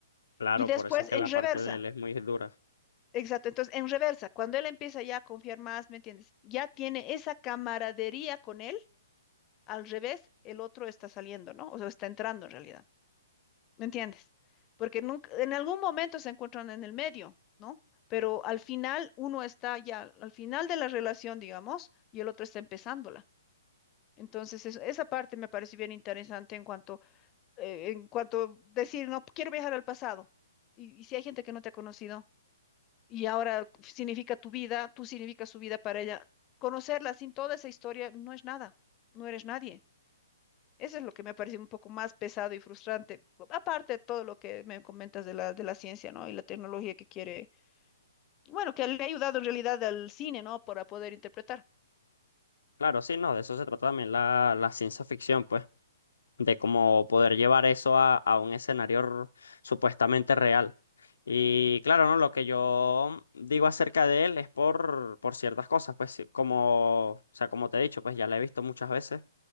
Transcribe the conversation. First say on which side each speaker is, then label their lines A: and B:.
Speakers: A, on the left; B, on the left.
A: Claro,
B: Y después
A: por eso es que
B: en
A: la parte
B: reversa.
A: de él es muy dura.
B: Exacto, entonces en reversa, cuando él empieza ya a confiar más, ¿me entiendes? Ya tiene esa camaradería con él, al revés, el otro está saliendo, ¿no? O sea, está entrando en realidad, ¿me entiendes? Porque nunca, en algún momento se encuentran en el medio, ¿no? Pero al final uno está ya, al final de la relación, digamos, y el otro está empezándola. Entonces, eso- esa parte me parece bien interesante en cuanto, eh, en cuanto decir, no, quiero viajar al pasado. Y, y si hay gente que no te ha conocido y ahora significa tu vida, tú significas su vida para ella, conocerla sin toda esa historia no es nada, no eres nadie. Eso es lo que me parece un poco más pesado y frustrante, aparte de todo lo que me comentas de la, de la ciencia, ¿no? Y la tecnología que quiere, bueno, que le ha ayudado en realidad al cine, ¿no? Para poder interpretar.
A: Claro, sí, no, de eso se trata también la, la ciencia ficción, pues. de cómo poder llevar eso a, a un escenario r- supuestamente real. Y claro, ¿no? Lo que yo digo acerca de él es por, por ciertas cosas, pues sí, como, o sea, como te he dicho, pues ya la he visto muchas veces